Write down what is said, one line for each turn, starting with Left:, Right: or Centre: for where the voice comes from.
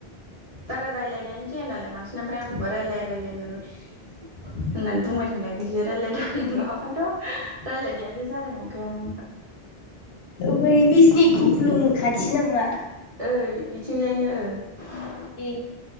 Right: बारा रायलायनायानो जाया नालाय बांसिन ओमफ्राय आंखौबो रायलाय रायलाय होन्नानै होननानै बुंबाय थानायखायसो रायज्लायदों आंयो नङाबाथ' रायलायनायानो जानाय नंखायामोन ।
Left: बै बिजनि खुख्लुं खाथि नामा?
Right: ओ इथिंजायनो ओ ।
Left: ए